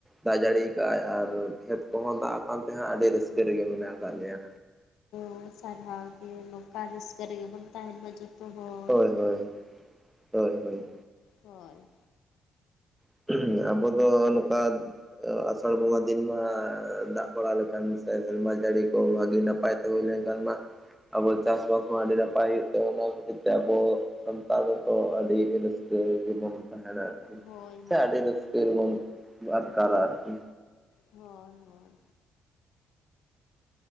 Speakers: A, in the centre; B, on the left.
A: ᱫᱟᱜ ᱡᱟᱹᱲᱤᱭᱟ ᱟᱠᱟᱫ ᱟᱭ ᱟᱨ ᱠᱷᱮᱛ ᱠᱚᱦᱚᱸ ᱫᱟᱜ ᱟᱠᱟᱱ ᱛᱮᱦᱜ ᱟᱹᱰᱤ ᱨᱟᱹᱥᱠᱟᱹ ᱨᱮᱜᱮ ᱢᱮᱱᱟᱜ ᱟᱠᱟᱫ ᱞᱮᱭᱟ
B: <unintelligible> ᱥᱟᱨᱦᱟᱣ ᱜᱮ ᱱᱚᱝᱠᱟ ᱨᱥᱠᱟᱹᱨᱜ ᱨᱮᱜᱮ ᱵᱚ ᱛᱟᱦᱮᱱ ᱢᱟ ᱡᱚᱛᱚ ᱦᱚᱲ
A: ᱦᱳᱭ ᱦᱳᱭ ᱦᱳᱭ ᱦᱳᱭ
B: ᱦᱳᱭ
A: <unintelligible> ᱟᱵᱚ ᱫᱚ ᱱᱚᱝᱠᱟ ᱟᱥᱟᱲ ᱵᱚᱸᱜᱟ ᱫᱤᱱ ᱢᱟ ᱫᱟᱜ ᱵᱟᱲᱟ ᱞᱮᱠᱷᱟᱱ ᱥᱮ ᱥᱮᱨᱢᱟ ᱡᱟᱹᱲᱤ ᱠᱚ ᱵᱷᱟᱹᱜᱤ ᱱᱟᱯᱟᱭ ᱯᱟᱭ <unintelligible> ᱞᱮᱱ ᱠᱷᱟᱱ ᱢᱟ ᱟᱵᱚ ᱪᱟᱥᱵᱟᱥ ᱢᱟ ᱟᱹᱰᱤ ᱱᱟᱯᱟᱭ ᱦᱩᱭᱩᱜ ᱛᱮ ᱚᱱᱟ ᱠᱷᱟᱹᱛᱤᱨ ᱛᱮ ᱟᱵᱚ ᱥᱟᱱᱛᱟᱲᱛᱚ ᱫᱚ ᱟᱹᱰᱤ ᱵᱚᱱ ᱟᱨᱠᱤ
B: ᱦᱳᱭ
A: ᱥᱮ
B: ᱦᱳᱭ
A: ᱟᱹᱰᱤ
B: ᱦᱳᱭ
A: ᱨᱥ ᱨᱮᱵᱚᱱ ᱟᱴᱠᱟᱨᱟ ᱟᱨᱠᱤ
B: ᱦᱳᱭ ᱦᱳᱭ